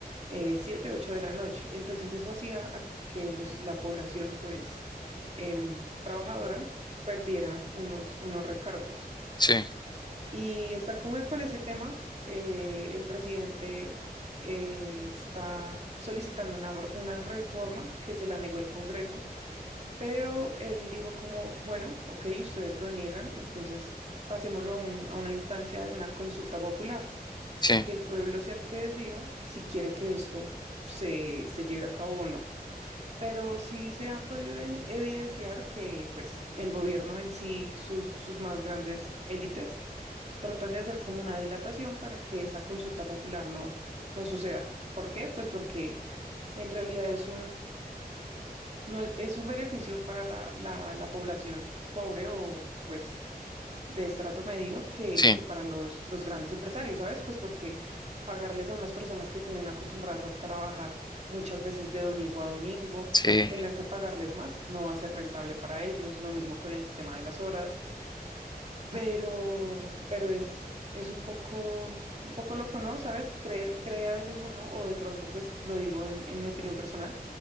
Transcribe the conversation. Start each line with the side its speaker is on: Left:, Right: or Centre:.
Right: eh, siete, ocho de la noche. Entonces eso hacía a que los, la población, pues, em, trabajadora perdiera unos, unos recargos.
Left: Sí,
Right: Y están como con ese tema. eh, el presidente eh, está solicitando una, una reforma que se la negó el Congreso pero él dijo como, bueno, ok, ustedes lo niegan, entonces pasémoslo a, un- a una instancia de una consulta popular,
Left: Sí,
Right: que el pueblo sea el que decida si quiere que esto se, se lleve a cabo o no. Pero sí se ha podido e- evidenciar que pues el gobierno en sí, sus, sus más grandes élites, tratan de hacer como una dilatación para que esa consulta popular no, no suceda. ¿Por qué? Pues porque en realidad es no es, es un beneficio para la, la, la población pobre o pues de estrato medio que,
Left: sí,
Right: que para los, los grandes empresarios, ¿sabes? Pues porque pagarles a unas personas que tienen acostumbradas a trabajar muchas veces de domingo a domingo,
Left: sí,
Right: tener que pagarles más, no va a ser rentable para ellos, lo mismo con el tema de las horas, pero, pero es, es un poco, un poco loco, ¿no? ¿Sabes? Cree, cree a veces uno, o de pronto pues lo digo en en mi opinión personal